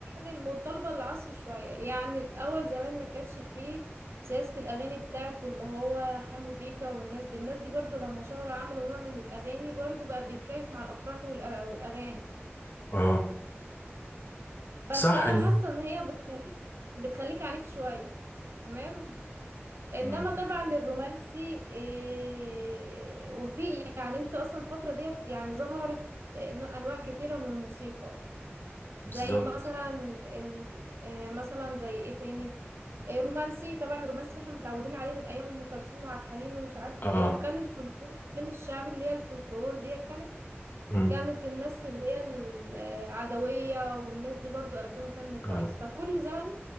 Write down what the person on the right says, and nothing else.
يعني متطلبه العصر شويه يعني الاول زمان ما كانتش فيه سياسه الاغاني بتاعت اللي هو حمو بيكا والناس دي الناس دي برضو لما شهروا عملوا نوع من الاغاني برضو بقى بيتكيف مع الافراح والأ- والاغاني
بس
انا
حاسه ان هي بتخليك بتخليك عنيف شويه تمام انما
طبعا الرومانسي إيه وفي يعني انت اصلا الفتره ديت يعني ظهرت إنه انواع كتيره من الموسيقى
زي مثلا ال... آه، مثلا زي ايه تاني آه، رومانسي طبعا الرومانسي ده احنا متعودين عليه من ايام ام كلثوم وعبد الحليم ومش عارف
ايه وكان الفلكلور كان الشعب اللي هي الفلكلور دي كانت
كانت الناس اللي هي العدوية والناس دي برضو قدموا فن كويس
فكل زمن